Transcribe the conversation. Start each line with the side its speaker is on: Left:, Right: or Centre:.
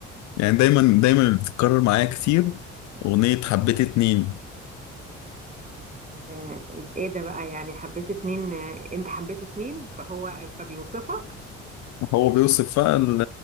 Left: يعني دايما دايما اللي بتتكرر معايا كتير اغنيه حبيت اتنين
Right: آه، ايه ده بقى يعني حبيت اتنين آه، انت حبيت اتنين فهو فبيوصفك
Left: هو بيوصف بقى ال-